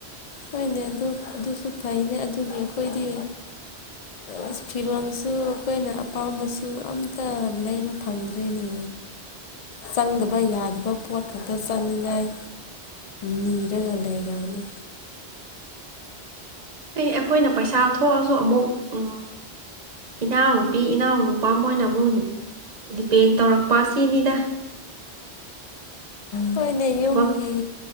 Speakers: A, on the left; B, on the right.
A: ꯍꯣꯏꯅꯦ ꯑꯗꯨ ꯑꯗꯨꯁꯨ ꯐꯩꯅꯦ ꯑꯗꯨꯒꯤ ꯑꯩꯈꯣꯏꯗꯤ ꯑꯁ ꯐꯤꯔꯣꯟꯜꯁꯨ ꯑꯩꯈꯣꯏꯅ ꯑꯄꯥꯝꯕꯁꯨ ꯑꯝꯇ ꯂꯩꯕ ꯐꯪꯗ꯭ꯔꯦꯅꯦ
B: <unintelligible>
A: ꯆꯪꯗꯕ ꯌꯥꯗꯕ ꯄꯣꯠ ꯈꯛꯇ ꯆꯪꯅꯤꯡꯉꯥꯏ ꯅꯤꯔꯒ ꯂꯩꯔꯕꯅꯦ
B: ꯍ ꯑꯩꯈꯣꯏꯅ ꯄꯩꯁꯥ ꯊꯣꯛꯑꯁꯨ ꯑꯃꯨꯛ ꯎ ꯏꯅꯥꯎꯅꯨꯄꯤ ꯏꯅꯥꯎ ꯅꯨꯄꯥ ꯃꯣꯏꯅ ꯑꯃꯨꯛ ꯗꯤꯄꯦꯟ ꯇꯧꯔꯛꯄ ꯑꯁꯤꯅꯤꯗ
A: ꯍꯣꯏꯅꯦ
B: ꯊꯕꯛ
A: ꯌꯨꯝꯒꯤ